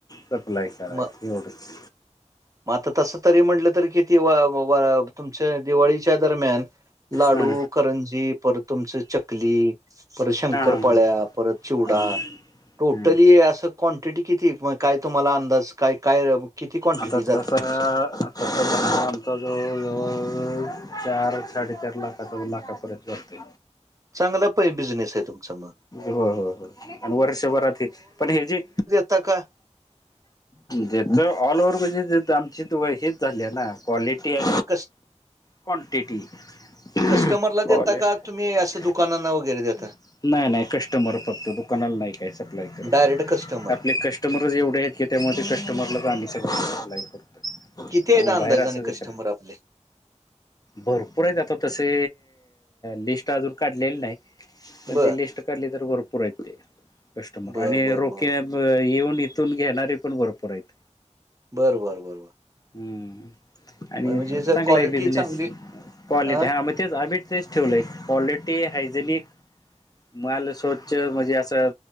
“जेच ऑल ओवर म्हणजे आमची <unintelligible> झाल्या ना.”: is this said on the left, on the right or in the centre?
Left